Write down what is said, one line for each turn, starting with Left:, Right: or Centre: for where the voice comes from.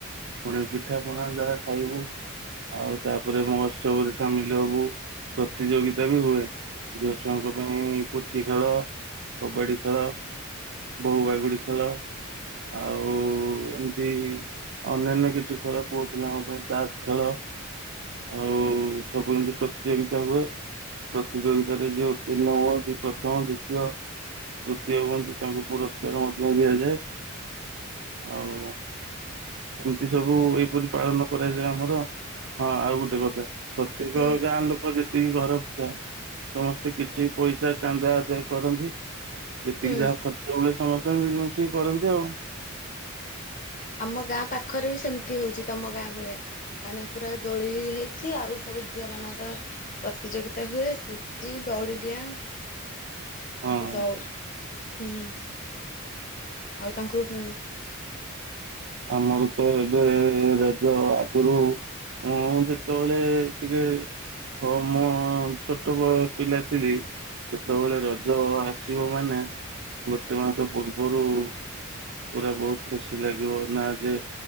Right: ପୁଣି ପିଠା ପଣା ଯାହା ଖାଇବୁ। ଆଉ ତାପରେ ମହୋତ୍ସବରେ ସାମିଲ ହବୁ। ପ୍ରତିଯୋଗିତା ବି ହୁଏ ଝିଅ ଛୁଆଙ୍କ ପାଇଁ ପୁଚି ଖେଳ କବାଡି ଖେଳ ବୋହୂ ବାଗୁଡ଼ି ଖେ ଖେଳ ଆଉ ଏମିତି ଅନ୍ୟାନ୍ୟ କିଛି ଖେଳ ପୁଅ ପିଲାଙ୍କ ପାଇଁ ତାସ୍ ଖେଳ ଆଉ ସବୁ ଏମତି ପ୍ରତିଯୋଗିତା ହୁଏ। ପ୍ରତିଯୋଗିତାରେ ଯୋଉ ପୂର୍ଣ୍ଣ ହୁଅନ୍ତି ପ୍ରଥମ, ଦ୍ଵିତୀୟ, ତୃତୀୟ ହୁଅନ୍ତି ତାଙ୍କୁ ପୁରସ୍କାର ଦିଆଯାଏ ଆଉ ଏମିତି ସବୁ ଏହିପରି ପାଳନ କରାଯାଏ ଆମର। ହଁ ଆଉ ଗୋଟେ କଥା। ପ୍ରତ୍ୟେକ
Left: ହୁଁ
Right: ଗାଁ ଲୋକ ଯେତିକି ଘର ଥାଏ ସମସ୍ତେ କିଛି ପଇସା ଚାନ୍ଦା ଆଦୟ କରନ୍ତି। ଯେତିକି
Left: ହୁଁ।
Right: ଯାହା ଖର୍ଚ୍ଚ ହୁଏ। ତ ମିଳିମିଶି କରନ୍ତି ଆଉ।
Left: ଆମ ଗାଁ ପାଖରେ ବି ସେମିତି ହଉଚି ତମ ଗାଁ ଭଳିଆ। ମାନେ ପୁରା ଦୋଳି ହେଇଚି ଆଉ ସବୁ ଝିଅ ମାନଙ୍କର ପ୍ରତିଯୋଗିତା ହୁଏ ପୁଚି, ଦୋଉଡ଼ିଡିଆଁ
Right: ହଁ।
Left: ଦଉ ହୁଁ। ଆଉ ତାଙ୍କୁ ଉ
Right: ଆମର ତ ଏବେ ରଜ ଆଗରୁ ମୁଁ ଯେତେବେଳେ ଟିକେ ହ ମୋ ଛୋଟବେଳେ ପିଲା ଥିଲି, ସେତେବେଳେ ରଜ ଆସିବ ମାନେ ଗୋଟେ ମାସ ପୂର୍ବରୁ ପୁରା ବହୁତ ଖୁସି ଲାଗିବ। ନା ଯେ